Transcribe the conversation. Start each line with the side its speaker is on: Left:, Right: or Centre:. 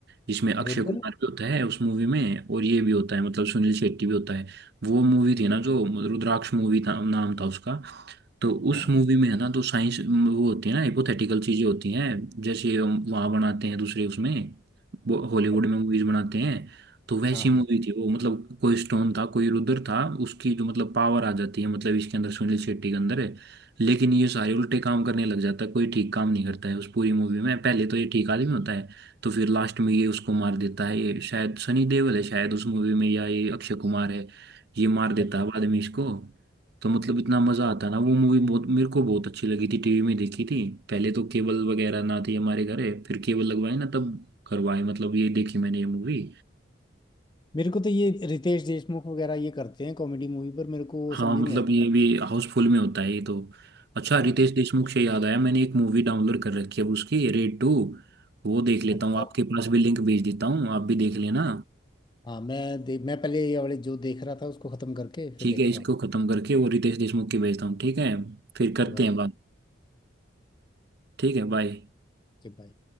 Right: जिसमें अक्षय
Left: रुद्र
Right: कुमार भी होता है उस मूवी में और ये भी होता है मतलब सुनील शेट्टी भी होता है वो मूवी थी ना जो रुद्राक्ष मूवी था नाम था उसका तो उस
Left: हाँ हाँ।
Right: मूवी में है ना तो साइंस वो होती है ना हिपोथेटिकल चीजें होती हैं जैसे हम वहाँ बनाते हैं दूसरे उसमें वो हॉलीवुड
Left: हाँ
Right: में मूवीज बनाते हैं तो वैसी
Left: हाँ
Right: मूवी थी वो मतलब कोई स्टोन था कोई रुद्र था उसकी जो मतलब पावर आ जाती है मतलब इसके अंदर सुनील शेट्टी के अंदर है लेकिन ये सारे उल्टे काम करने लग जाता है कोई ठीक काम नहीं करता है उस पूरी मूवी में पहले तो ये ठीक आदमी होता है तो फिर लास्ट में ये उसको मार देता है ये शायद सनी देओल है शायद उस मूवी में या ये अक्षय कुमार है ये मार देता
Left: बट
Right: है बाद में इसको तो मतलब इतना मजा आता ना वो मूवी बहुत मेरे को बहुत अच्छी लगी थी टीवी में देखी थी पहले तो केबल वगैरह ना थी हमारे घर फिर केबल लगवाए ना तब करवाए मतलब ये देखी मैंने ये मूवी
Left: मेरे को तो ये रितेश देशमुख वगैरह ये करते हैं कॉमेडी मूवी पर मेरे को
Right: हाँ
Left: समझ
Right: मतलब
Left: नहीं आता
Right: ये भी हाउसफुल में होता है ये तो अच्छा
Left: हाँ
Right: रितेश देशमुख से याद आया मैंने एक मूवी डाउनलोड कर रखी है अब उसकी रेड टू वो देख लेता
Left: अच्छा
Right: हूँ आपके पास भी लिंक भेज देता हूँ आप भी देख लेना
Left: हाँ मैं दे, मैं पहले ये वाले जो देख रहा था उसको खत्म करके फिर
Right: ठीक
Left: देखता
Right: है इसको
Left: हूँ फिर
Right: खत्म करके वो रितेश देशमुख की भेजता हूँ ठीक है फिर करते
Left: के भाई
Right: हैं बात ठीक है बाय
Left: के भाई